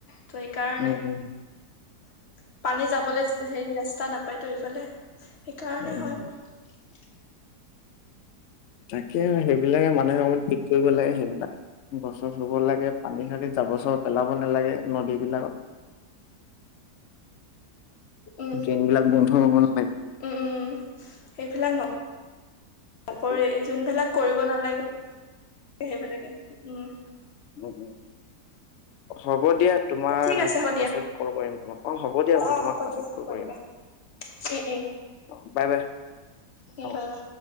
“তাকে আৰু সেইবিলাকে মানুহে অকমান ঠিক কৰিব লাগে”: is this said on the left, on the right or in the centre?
Left